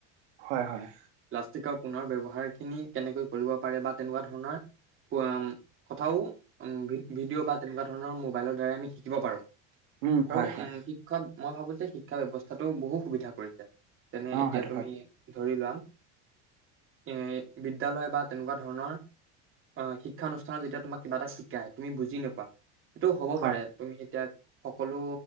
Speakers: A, on the right; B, on the right.
A: হয়-হয়
B: প্লাষ্টিকৰ পুনৰ ব্যৱহাৰ খিনি কেনেকৈ কৰিব পাৰে বা তেনেকুৱা ধৰণৰ কোৱা, কথাও ভিডিঅ' বা তেনেকুৱা ধৰণৰ মোবাইলৰ দ্বাৰা আমি শিকিব পাৰো।
A: উম হয়
B: আৰু
A: হয়
B: উম, শিক্ষাত মই ভাবো যে শিক্ষা ব্যৱস্থাটো বহু সুবিধা কৰিছে। তেনে,
A: অ
B: এতিয়া
A: সেইটো
B: তুমি
A: হয়
B: ধৰি লোৱা এ বিদ্যালয় বা তেনেকোৱা ধৰণৰ অ, শিক্ষানুষ্ঠানত যেতিয়া তোমাক কিবা এটা শিকাই, তুমি বুজি নাপোৱা। এইটো হ'ব
A: হয়
B: পাৰে, তুমি এতিয়া সকলো